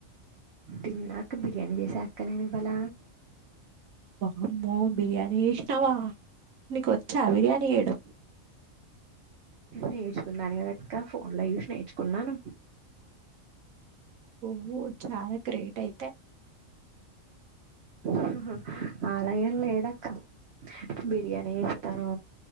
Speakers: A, on the right (about 55°); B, on the right (about 75°).
A: తిన్నాక బిర్యానీ చేసా అక్క నేను ఇవాళ
B: వామ్మో బిర్యానీ చేసినావా నీకొచ్చా బిర్యానీ చేయడం
A: నేర్చుకున్నాను కదక్క ఫోన్ లో చుసి నేర్చుకున్నాను
B: నువ్వు చాలా గ్రేట్ అయితే
A: మ్మ్ ఆలగేం లేదక్క బిర్యానీ వేస్తాను